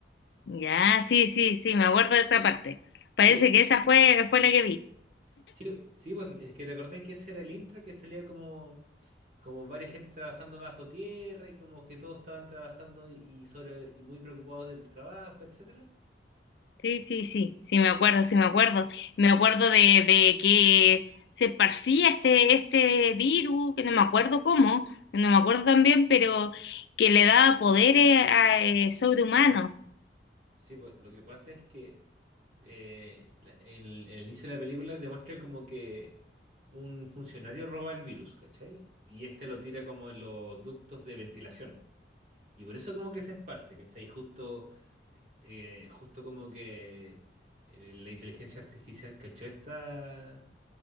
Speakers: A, on the left (about 70°); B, on the right (about 40°).
A: Ya, sí, sí, sí, me acuerdo de esta parte.
B: ¿Sí?
A: Parece que esa fue, fue la que vi.
B: Sí, sí, pues es que te acordás que ese era el intro que salía como, como varias gente trabajando bajo tierra y como que todos estaban trabajando y, y sobre y muy preocupados del trabajo, etcétera.
A: Sí, sí, sí, sí, me acuerdo, sí, me acuerdo. Me acuerdo de, de que se esparcía este, este virus, que no me acuerdo cómo, no me acuerdo también, pero que le daba poderes a, eh, sobrehumanos.
B: Sí, pues lo que pasa es que eh, la- el, el inicio de la película demuestra como que un funcionario roba el virus, ¿cachai? Y este lo tira como en los ductos de ventilación. Y por eso como que se esparce, ¿cachai? Y Justo, eh, justo como que eh, la inteligencia artificial cachó esta